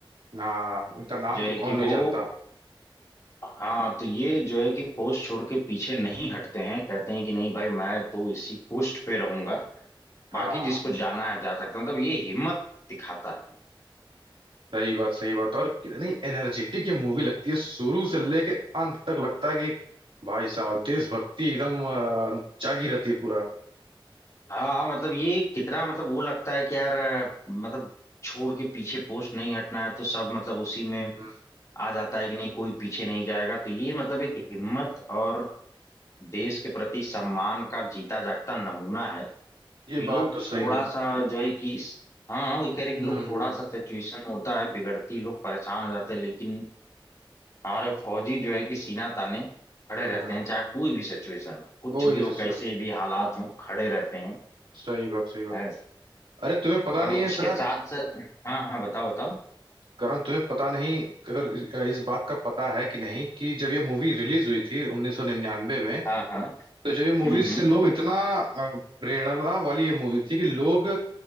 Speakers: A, on the right (about 75°); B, on the left (about 35°).
A: हाँ उनका नाम
B: जो
A: तो
B: है
A: कौन
B: कि
A: नहीं
B: वो
A: जानता
B: हाँ तो ये जो है कि पोस्ट छोड़ के पीछे नहीं हटते हैं कहते हैं कि नहीं भाई मैं तो इसी पोस्ट पे रहूंगा बाकी
A: हाँ
B: जिसको जाना है जा सकता है मतलब ये हिम्मत दिखाता है
A: सही बात सही बात और कितनी एनर्जेटिक ये मूवी लगती है शुरू से लेके अंत तक लगता है कि भाई साहब देशभक्ति एकदम अ, जागी रहती है पूरा
B: हाँ मतलब ये कितना मतलब वो लगता है कि यार अ, मतलब छोड़ के पीछे पोस्ट नहीं हटना है तो सब मतलब उसी में
A: हम्म,
B: आ जाता है कि नहीं कोई पीछे नहीं जाएगा तो ये मतलब एक हिम्मत और देश के प्रति सम्मान का जीता जागता नमूना है कि
A: ये
B: लोग
A: बात तो सही
B: थोड़ा
A: गई
B: सा जो है कि हाँ वही कह रहे कि
A: हम्म
B: लोग थोड़ा सा सिचुएशन होता है बिगड़ती लोग परेशान हो जाते हैं लेकिन हमारे फौजी जो है कि सीना ताने खड़े रहते
A: हम्म
B: हैं चाहे कोई भी सिचुएशन हो कुछ
A: कोई
B: भी
A: भी
B: हो
A: सिचुएशन
B: कैसे भी हालात हो खड़े रहते हैं
A: सही बात सही बात
B: है।
A: अरे तुम्हें पता
B: और
A: नहीं
B: उसके
A: है सर
B: साथ साथ हाँ हाँ बताओ बताओ
A: कारण तुम्हें पता नहीं अगर इस इस बात का पता है कि नहीं कि जब ये मूवी रिलीज हुई थी 1999 में
B: हाँ हाँ
A: तो जब ये मूवी
B: हम्म
A: से
B: हम्म
A: लोग इतना अ, प्रेरणा वाली ये मूवी थी कि लोग